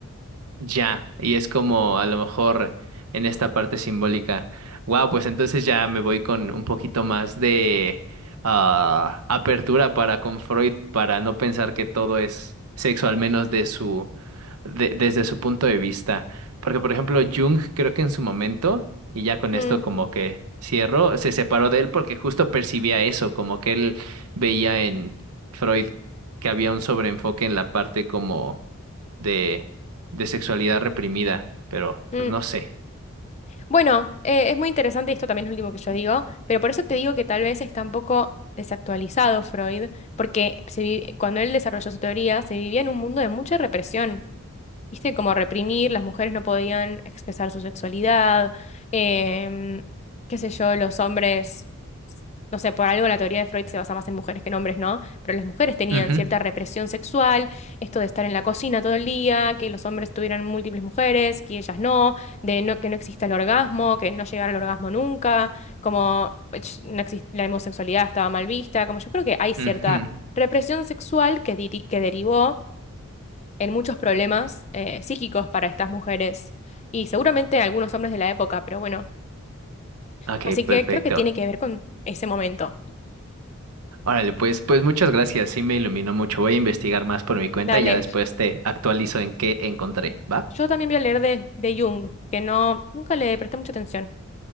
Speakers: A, on the right (about 85°); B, on the left (about 30°).
A: Ya, y es como a lo mejor en esta parte simbólica. Wow, pues entonces ya me voy con un poquito más de ah, apertura para con Freud, para no pensar que todo es sexo, al menos de su, de- desde su punto de vista. Porque, por ejemplo, Jung creo que en su momento, y ya con
B: Mm,
A: esto como que cierro, se separó de él porque justo percibía eso, como que él veía en Freud que había un sobreenfoque en la parte como de, de sexualidad reprimida, pero pues
B: mm.
A: no sé.
B: Bueno, eh, es muy interesante, y esto también es lo último que yo digo, pero por eso te digo que tal vez está un poco desactualizado Freud, porque se vi- cuando él desarrolló su teoría se vivía en un mundo de mucha represión. viste, como reprimir, las mujeres no podían expresar su sexualidad, em, qué sé yo, los hombres, no sé, por algo la teoría de Freud se basa más en mujeres que en hombres, ¿no? Pero las mujeres tenían
A: Ujú,
B: cierta represión sexual, esto de estar en la cocina todo el día, que los hombres tuvieran múltiples mujeres, que ellas no, de no, que no exista el orgasmo, que no llegara al orgasmo nunca, como ech, no exis- la homosexualidad estaba mal vista, como yo creo que hay cierta
A: ujú.
B: represión sexual que, diri- que derivó en muchos problemas eh, psíquicos para estas mujeres y seguramente algunos hombres de la época, pero bueno,
A: Ok,
B: así
A: perfecto.
B: que creo que tiene que ver con ese momento.
A: Órale, pues, pues muchas gracias, sí me iluminó mucho. Voy a investigar más por mi cuenta
B: Dale,
A: y ya después te actualizo en qué encontré, ¿va?
B: yo también voy a leer de, de Jung, que no, nunca le presté mucha atención,